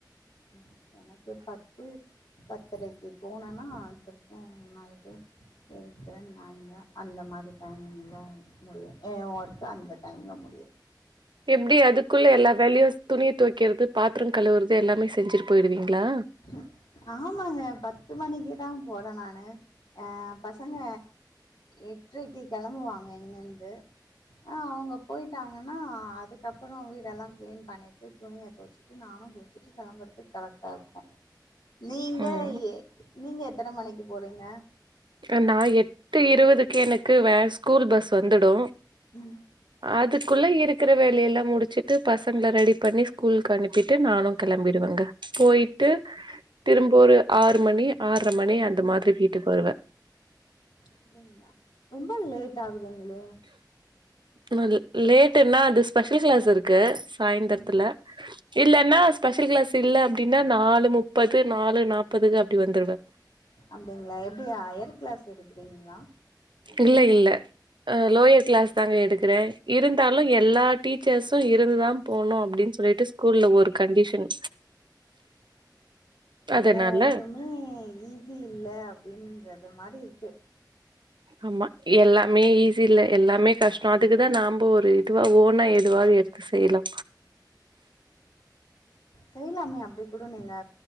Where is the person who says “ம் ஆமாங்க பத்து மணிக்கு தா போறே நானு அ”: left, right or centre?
Left